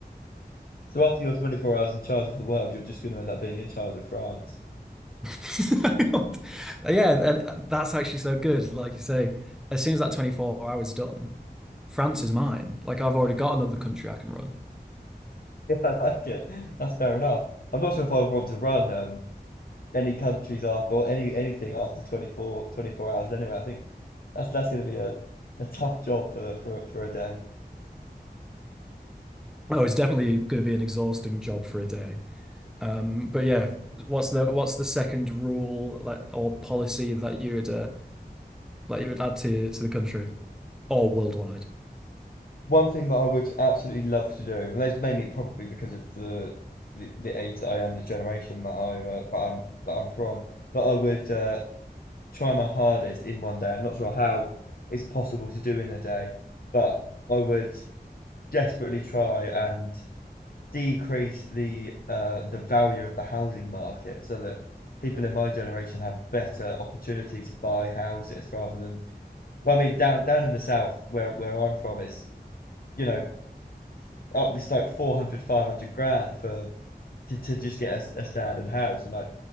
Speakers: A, on the left; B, in the centre.
A: So after your 24 hours in charge of the world, you're just going to end up being in charge of France. <laughs>
B: <laughs> Yeah, and that's actually so good. Like you say, as soon as that 24 hours done, France is mine. Like I've already got another country I can run.
A: Yeah, I like it. That's fair enough. I'm not sure if I would want to run um, any countries after or any anything after 24, 24 hours anyway. I think that's that's going to be a, a tough job for, for for a day.
B: Oh, it's definitely going to be an exhausting job for a day. Um, but yeah, what's the what's the second rule like or policy that you would uh, that you would add to to the country or worldwide?
A: One thing that I would absolutely love to do, and that's mainly probably because of the the, the age that I am, the generation that I uh, that I'm that I'm from, but I would uh, try my hardest in one day. I'm not sure how it's possible to do in a day, but I would desperately try and decrease the uh, the value of the housing market so that people in my generation have better opportunity to buy houses rather than well, I mean down down in the south where where I'm from is you know up it's like 400 500 grand for to, to just get a a standard house and like